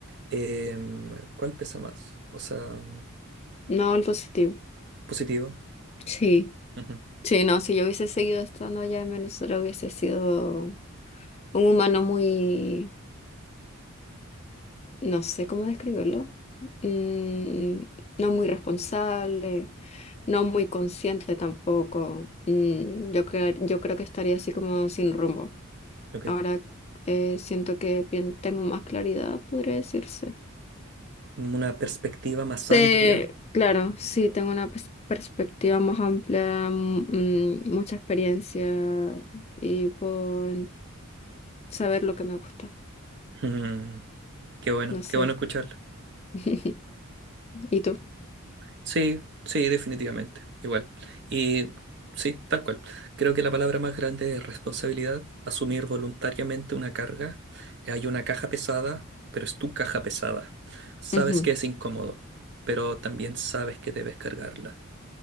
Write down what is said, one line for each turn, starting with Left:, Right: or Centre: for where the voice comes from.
Right: Em, ¿cuál pesa más? O sea,
Left: No, el positivo.
Right: positivo.
Left: Sí.
Right: Ujú,
Left: Sí, no, si yo hubiese seguido estando allá en Venezuela hubiese sido un humano muy, no sé cómo describirlo, mm, no muy responsable, no muy consciente tampoco. Mm, yo, cre- yo creo que estaría así como sin rumbo.
Right: Ok.
Left: Ahora eh, siento que pien- tengo más claridad, podría decirse.
Right: Una perspectiva más
Left: Sí,
Right: amplia.
Left: claro, sí, tengo una pers- perspectiva más amplia, mm, mm, mucha experiencia y puedo saber lo que me gusta.
Right: Mm, qué bueno,
Left: No sé.
Right: qué bueno escucharlo.
Left: <laughs> ¿Y tú?
Right: Sí, sí, definitivamente. Igual. Y sí, tal cual. Creo que la palabra más grande es responsabilidad, asumir voluntariamente una carga. Hay una caja pesada, pero es tu caja pesada. Sabes
Left: Ujú.
Right: que es incómodo, pero también sabes que debes cargarla.